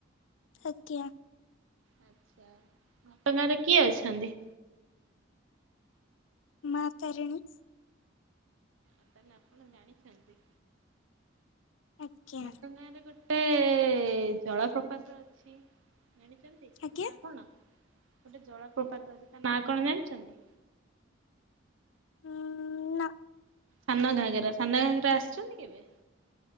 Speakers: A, on the left; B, on the right.
A: ଆଜ୍ଞା।
B: ଆଛା ଘଟଙ୍ଗାରେ କିଏ ଅଛନ୍ତି?
A: ମା ତାରିଣୀ।
B: ତାହେଲେ ଆପଣ ଜାଣିଛନ୍ତି।
A: ଆଜ୍ଞା
B: ଘଟଙ୍ଗାରେ ଗୋଟେ ଜଳପ୍ରପାତ ଅଛି ଜାଣିଛନ୍ ତି
A: ଆଜ୍ଞା
B: ନାଁ କଣ ଗୋଟେ ଜଳପ୍ରପାତ ଅଛି ତା ନାଁ କଣ ଜାଣିଛନ୍ତି?
A: ଉଁ ନା
B: ସାନ ଘାଗେରା ସାନ ଘାଗେରା ଆସିଛନ୍ତି କେବେ?